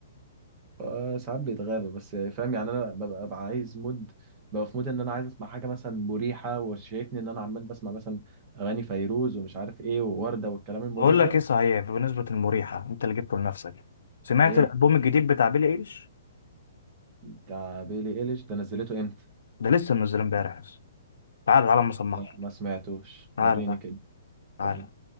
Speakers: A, on the right (about 20°); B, on the left (about 80°).
A: آه، ساعات بيتغابى بس فاهم يعني انا ببقى ببقى عايز مود ببقى في مود ان انا عايز اسمع حاجه مثلا مريحه وشايفني ان انا عمال بسمع مثلا اغاني فيروز ومش عارف ايه ووردة والكلام المريح
B: بقول لك
A: ده
B: ايه صحيح بمناسبة المريحة انت اللي جبته لنفسك سمعت
A: ايه
B: الالبوم الجديد بتاع بيلي ايليش
A: بتاع بيلي ايليش ده نزلته امتى
B: ده لسه منزل امبارح بس تعالى تعالى اما اصمعك
A: لا ما سمعتوش
B: تعالى
A: وريني
B: تعالى
A: كده
B: تعالى
A: وريني